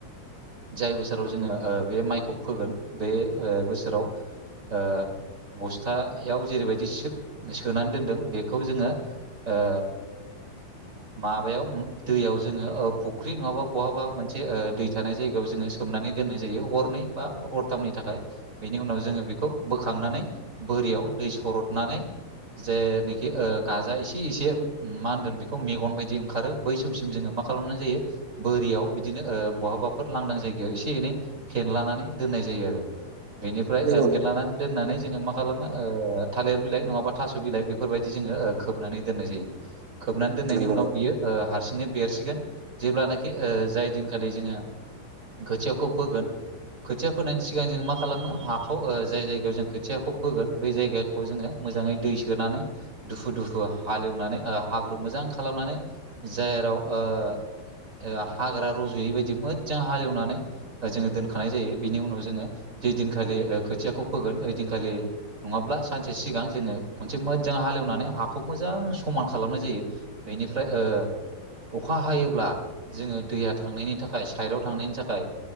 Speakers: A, on the right; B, on the right.
A: जाय बोसोराव जोङो बे माइखौ फोगोन बे बोसोराव ओ बस्था याव जेरैबायदि सोनानै दोनदों बेखौ जोङो ओ माबायाव दैयाव जोङो ओ फुख्रि नङाबा बहाबा मोनसे ओ दै थानाय जायगायाव जोङो सोमनानै दोननाय जायो हरनै बा हरथामनि थाखाय। बेनि उनाव जोङो बेखौ बोखांनानै बोरियाव दै सरदनानै जेनोखि गाजा एसे एसे मा होनगोन बेखौ मेगन बायदि दि ओंखारो बै समसिम जोङो मा खालामनाय जायो बोरियाव बिदिनो ओ बहाबाफोर लांदां जायगायाव एसे एनै फेनलानानै दोननाय जायो आरो बेनिफ्राय
B: नंगौ
A: फेनलानानै दोननानै जोङो मा खालामो ओ थालिर बिलाइ नङाबा थास' बिलाइ बेफोरबायदि जोङो खोबनानै दोननाय जायो खोबनानै दोननायनि
B: नंगौ औ नंगौ
A: उनाव
B: नंगौ
A: बियो ओ हारसिंनो बेरसिगोन जेब्लानाखि ओ जाय दिनखालि जोङो खोथियाखौ फोगोन खोथिया फोनायनि सिगां जों मा खालामो हाखौ जाय जायगायाव जों खोथियाखौ फोगोन बै जायगानि खौ जोङो मोजाङै दै सोनानै दुफु दुफु हालेवनानै हाब्रु मोजां खालामनानै जेराव ओ हाग्रा रज'यैबायायदि मोजां हालेवनानै जोङो दोनखानाय जायो बिनि उनाव जोङो जै दिनखालि खोथियाखौ फोगोन ओइ दिनखालि नङाब्ला सानसे सिगां जोङो खनसे मोजां हालेवनानै हाखौ मोजां समान खालामनाय जायो बेनिफ्राय ओ अखा हायोब्ला जोङो दैया थांनायनि थाखाय साइडआव थांनायनि थाखाय